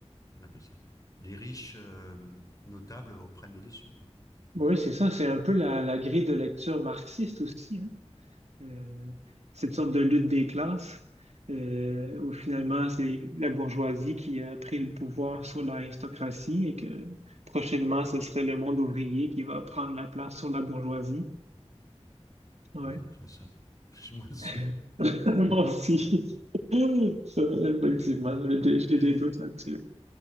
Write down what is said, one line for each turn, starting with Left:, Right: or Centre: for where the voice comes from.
Left: qu'on appelle ça les riches euh, notables reprennent le dessus, quoi.
Right: Oui, c'est ça. C'est un peu la, la grille de lecture marxiste aussi. hein. Euh, cette sorte de lutte des classes, euh, où finalement, c'est la bourgeoisie qui a pris le pouvoir sur l'aristocratie et que prochainement, ce serait le monde ouvrier qui va prendre la place sur la bourgeoisie. Ouais.
Left: Oui, enfin ça, <laughs> je suis moins sûr.
Right: <laughs> Moi aussi. <laughs> Ça, Effectivement,
Left: <laughs>
Right: j'ai des, j'ai
Left: C'est-
Right: des doutes là-dessus.